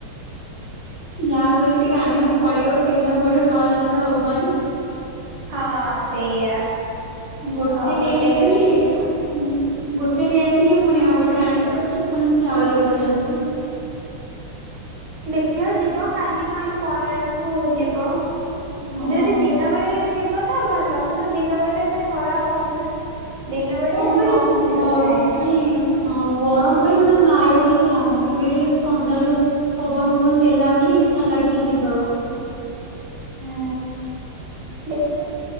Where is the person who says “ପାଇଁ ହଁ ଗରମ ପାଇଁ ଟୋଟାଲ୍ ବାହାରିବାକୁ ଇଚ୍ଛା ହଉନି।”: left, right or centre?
Right